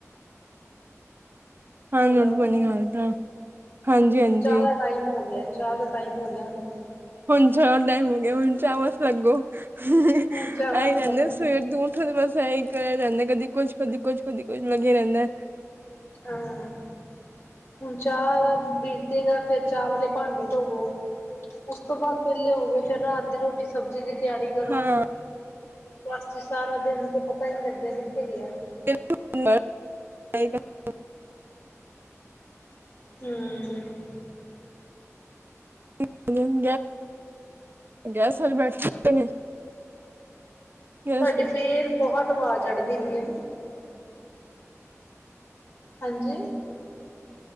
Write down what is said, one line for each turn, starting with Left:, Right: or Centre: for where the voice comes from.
Right: ਹਾਂਜੀ
Left: ਹੈਲੋ
Right: ਭੈਣਜੀ ਖਾਂ ਲੀਤਾ। ਹਾਂਜੀ-ਹਾਂਜੀ।
Left: ਹੁਣ ਤਾਂ ਚਾਹ ਦਾ ਟਾਈਮ ਹੋ ਗਿਐ। ਚਾ ਦਾ ਟਾਈਮ ਹੋ ਗਿਆ ਹੁਣ ਤੇ।
Right: ਹੁਣ ਚਾ ਟਾਈਮ ਹੋਗਿਆ ਹੁਣ ਚਾ ਵਾਸਤੇ ਲਗੋ। ਹ ਹ
Left: ਹੁਣ ਚਾਹ
Right: ਐਯੀ
Left: ਚ
Right: ਰੈਂਦੇ
Left: ਲੱਗੋ
Right: ਸਵੇਰ ਤ ਉੱਠੋ ਤੇ ਬਸ ਐਯੀ ਕਿਆ ਜਾਂਦੈ ਕਦੀ ਕੁੱਛ-ਕਦੀ ਕੁੱਛ-ਕਦੀ ਕੁੱਛ ਲਗੇ ਰੈਂਦੈ।
Left: ਆਂ! ਹੁਣ ਚਾ ਦਾ ਬੀਤੇਗਾ ਫੇਰ ਚਾ ਵਾਲੇ ਪਾਂਡੇ ਧੋਵੋ। ਉਸਤੋਂ ਬਾਦ ਵੇਲੇ ਹੋਵੋਗੇ। ਫੇਰ ਰਾਤ ਦੀ ਰੋਟੀ ਸਬਜ਼ੀ ਦੀ ਤੇਆਰੀ ਕਰੋ।
Right: ਹਾਂ
Left: ਬਸ ਜੀ ਸਾਰਾ ਦੇਨ ਤੇ ਪਤਾ ਈ ਨੀ ਲਗਿਆ ਕਿੱਥੇ ਗਿਐ।
Right: <unintelligible>
Left: ਹੂੰ।
Right: <unintelligible> ਗੈਸ ਹਜੇ ਬੈਠ ਨੇ। ਗੈਸ
Left: ਤੁਆਡੀ ਫੇਰ ਬਹੁਤ ਆਵਾਜ਼ ਅੜਦੀ ਪਈ ਐ ਨਾ। ਹਾਂਜੀ?